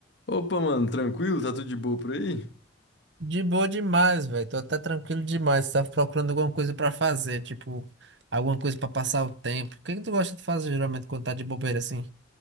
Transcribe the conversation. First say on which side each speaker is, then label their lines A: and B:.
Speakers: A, on the left; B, on the right.
A: Opa, mano, tranquilo? Tá tudo de boa por aí?
B: De boa demais, velho. Tô até tranquilo demais. Tava procurando alguma coisa pra fazer, tipo, alguma coisa pra passar o tempo. O que que tu gosta de fazer geralmente quando tá de bobeira assim?